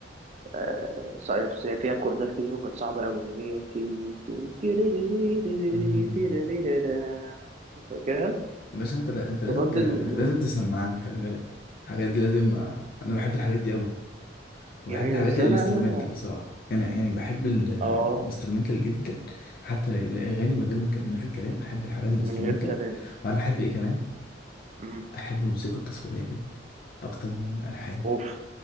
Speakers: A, on the right; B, on the left.
A: آه، صحيح، بس هي فيها كوردات كتير وكانت صعبة أوي اللي هي تن تن تيريريريريري
B: مم.
A: تيريريريرا. فاكرها
B: باشا انت انت لازم
A: بغض
B: ت...
A: الن-
B: لازم تسمعني خلي بالك الحاجات دي لازم انا بحب الحاجات دي قوي وبحب
A: جميلة
B: الحاجات
A: بس
B: الانسترومنتال
A: أنا أنا
B: بصراحه انا يعني بحب ال-
A: آه
B: الانسترومنتال جدا حتى ال- الاغاني من غير ما ك- من غير كلام احب الحاجات الانسترومنتال
A: من غير كلام
B: وعارف احب ايه كمان
A: مم.
B: احب الموسيقى التصويريه جدا اكتر من الالحان
A: أوف